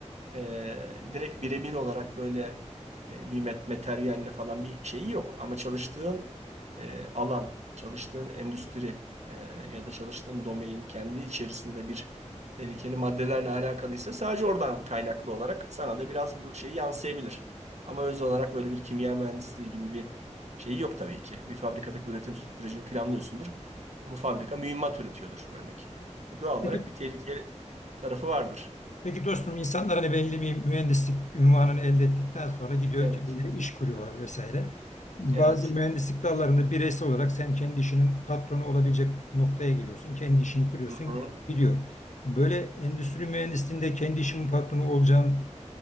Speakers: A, on the right; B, on the left.
A: Ee, direkt birebir olarak böyle e, bir met- materyalle falan bir şeyi yok. Ama çalıştığın e, alan, çalıştığın endüstri e, ya da çalıştığın domain kendi içerisinde bir tehlikeli maddelerle alakalıysa sadece oradan kaynaklı olarak sana da biraz bu şeyi yansıyabilir. Ama öz olarak öyle bir kimya mühendisliği gibi bir şeyi yok tabii ki. Bir fabrikadaki üretim sürecini planlıyorsundur. Ama fabrika mühimmat üretiyordur örnek. E, Doğal
B: peki?
A: olarak bir tehlikeli tarafı vardır.
B: Peki dostum insanlar hani belli bir mühendislik ünvanını elde ettikten sonra gidiyor
A: Evet,
B: kendileri iş kuruyorlar vesaire. Bazı
A: evet.
B: mühendislik dallarında bireysel olarak sen kendi işinin patronu olabilecek noktaya geliyorsun. Kendi işini kuruyorsun
A: Hı hı.
B: gidiyor. Böyle endüstri mühendisliğinde kendi işimin patronu olacağım